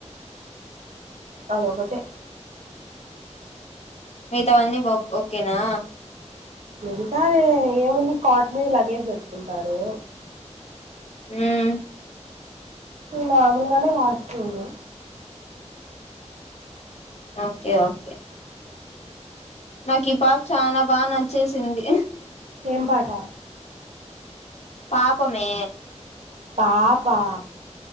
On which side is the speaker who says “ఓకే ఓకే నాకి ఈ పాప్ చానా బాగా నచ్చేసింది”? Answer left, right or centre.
Left